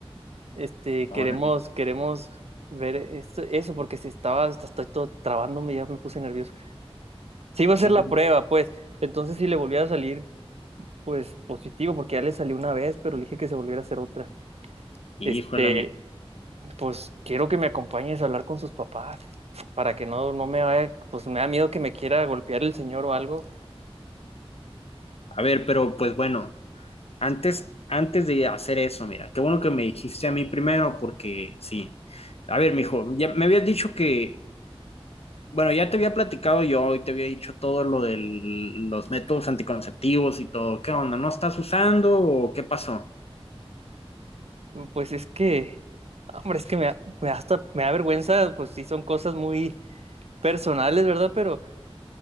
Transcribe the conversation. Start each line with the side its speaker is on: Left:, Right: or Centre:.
Right: este,
Left: órale.
Right: queremos, queremos ver esto, eso, porque si estaba, hasta estoy todo trabándome, ya me puse nervioso. Sí iba a hacer
Left: Sí,
Right: la prueba, pues. Entonces, si le volviera a salir, pues positivo, porque ya le salió una vez, pero le dije que se volviera a hacer otra.
Left: híjole,
Right: Este,
Left: mijo.
Right: pues quiero que me acompañes a hablar con sus papás, para que no, no me vaya, pues me da miedo que me quiera golpear el señor o algo.
Left: A ver, pero pues bueno, antes, antes de hacer eso, mira, qué bueno que me dijiste a mí primero, porque sí. A ver, mijo, ya me habías dicho que, bueno, ya te había platicado yo y te había dicho todo lo de los métodos anticonceptivos y todo. ¿Qué onda? ¿No estás usando o qué pasó?
Right: Pues es que, hombre, es que me, da- me da hasta me da vergüenza, pues sí son cosas muy personales, ¿verdad? Pero